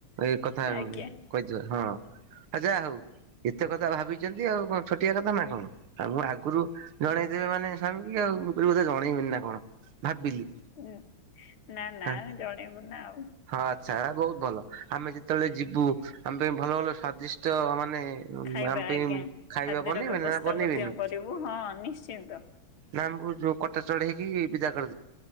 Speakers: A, on the right; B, on the left.
A: ଏଇ କଥା
B: ଆଜ୍ଞା
A: କହିଥିବାରୁ ହଁ ଆଉ ଯାହା ହଉ ଏତେ କଥା ଭାବିଛନ୍ତି। ଇଏ ଆଉ କଣ ଛୋଟିଆ କଥା ନା କଣ? ଆମର ଆଗରୁ ଜଣେଇ ଦେବେ ମାନେ ସ୍ୱାମୀ କି ଆଉ ମୁ କହିଲି ବୋଧେ ଜଣେଇବନି ନା କଣ? ଭାବିଲି
B: ଉଁ ନା ନା
A: ହଁ
B: ଆମେ ଜଣେଇବୁ ନା ଆଉ।
A: ହଁ ଆଚ୍ଛା ବହୁତ ଭଲ ଆମେ ଯେତେବେଳେ ଯିବୁ ଆମ ପାଇଁ ଭଲ ଭଲ ସ୍ଵାଦିଷ୍ଟ ମାନେ
B: ଖାଇବା
A: ଆମ ପାଇଁ
B: ଆଜ୍ଞା
A: ଖାଇବା
B: ଖାଦ୍ୟର
A: ବନେଇବ
B: ବ୍ୟବସ୍ଥା
A: ନା ବନେଇବେନି
B: ମଧ୍ୟ କରିବୁ ହଁ ନିଶ୍ଚିନ୍ତ।
A: ନା ଆମକୁ ଯୋଉ କଥା ଚଢ଼େଇ କି ବିଦାକରି